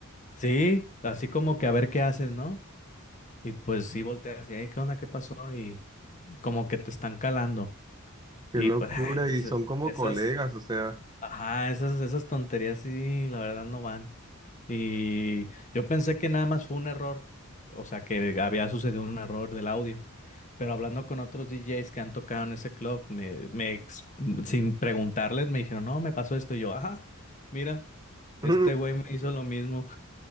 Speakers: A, on the left; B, on the right.
A: Sí, así como que a ver qué haces, ¿no? Y pues sí volteas y, "Ey, ¿qué onda? ¿Qué pasó? Y como que te están calando.
B: Qué
A: Y
B: locura.
A: pues, ay, pues,
B: Y son
A: eh,
B: como
A: esas...
B: colegas, o sea,
A: Ajá, esas, esas tonterías sí, la verdad no van. Y yo pensé que nada más fue un error, o sea, que había sucedido un error del audio. Pero hablando con otros DJs que han tocado en ese club, me, me ex- sin preguntarles me dijeron, no, me pasó esto. Y yo, ah, mira, este
B: <laughs>
A: güey me hizo lo mismo.